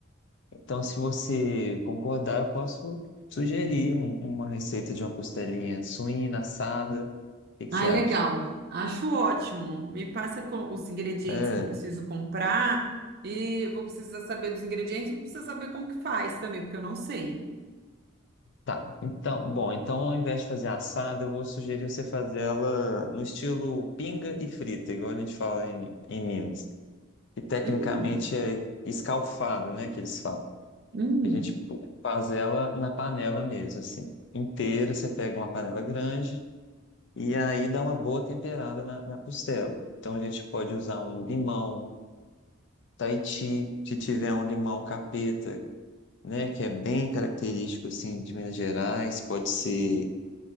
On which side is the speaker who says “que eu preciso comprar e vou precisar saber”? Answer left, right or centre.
Right